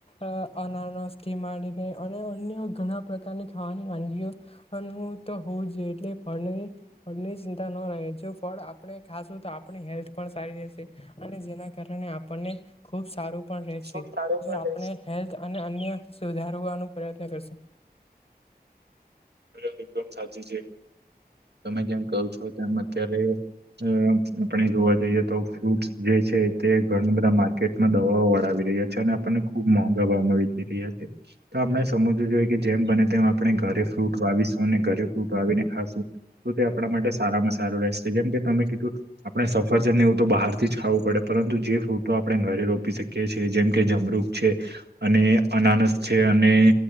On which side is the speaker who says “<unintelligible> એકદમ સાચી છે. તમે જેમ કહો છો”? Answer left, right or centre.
Right